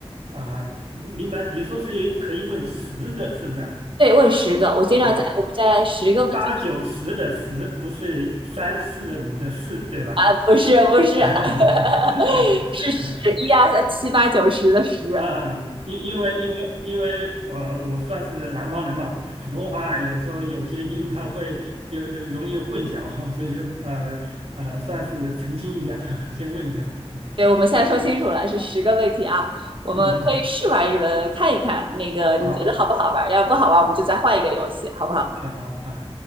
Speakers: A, on the right; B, on the right.
A: 啊，明白。你说是可以问十个是不是啊？
B: 对，问十个，我经常在我们在十个问题
A: 啊，不是八九十的十，不是三四五的四，对吧？
B: 啊，不是不是，
A: <laughs>
B: <laughs> 是十一二三七八九十的十。
A: <laughs> 啊，因因为因为因为我我算是南方人嘛，普普通话有时候有些音它会有有容易混淆，<laughs> 所以呃呃，算是澄清一下，<laughs> 先问一下。<laughs>
B: 对，我们现在说清楚了，是十个问题啊，我们可以试玩一轮，
A: 嗯嗯，
B: 看一看那个你觉得好不好玩儿要是不好玩儿我们就再换一个游戏，
A: 好，
B: 好不好？
A: 啊啊啊，